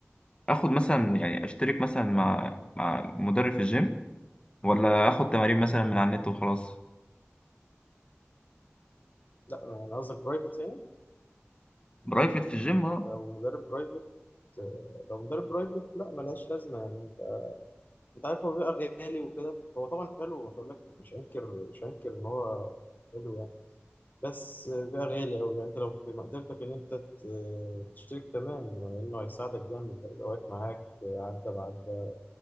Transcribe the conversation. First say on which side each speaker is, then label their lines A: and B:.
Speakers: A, on the left; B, on the left.
A: آخد مثلا يعني أشترك مثلا مع مع مدرب في الجيم ولا آخد تمارين مثلا من على النت وخلاص
B: لا يعني قصدك برايفت يعني
A: برايفت في الجيم أه
B: لو مدرب برايفت لو مدرب برايفت لا ملهاش لازمة يعني أنت أنت عارف هو بيبقى غالي وكده هو طبعا حلو مش هقول لك مش هنكر مش هنكر إن هو حلو يعني بس بقى غالي أوي يعني أنت لو في مقدرتك إن أنت ت- تشترك تمام لأنه هيساعدك جامد هيبقى واقف معاك عدة بعدة